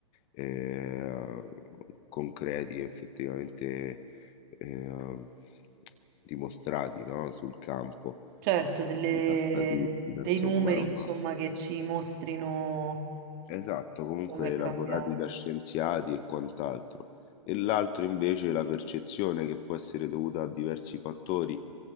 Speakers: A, on the left; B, on the right.
A: eh, concreti, effettivamente eh, dimostrati, no? Sul campo.
B: Certo, delle-
A: I passatissima,
B: dei
A: insomma,
B: numeri,
A: roba
B: insomma, che ci mostrino
A: esatto, comunque
B: come è
A: elaborati
B: cambiato.
A: da scienziati e quant'altro. E l'altro invece è la percezione che può essere dovuta a diversi fattori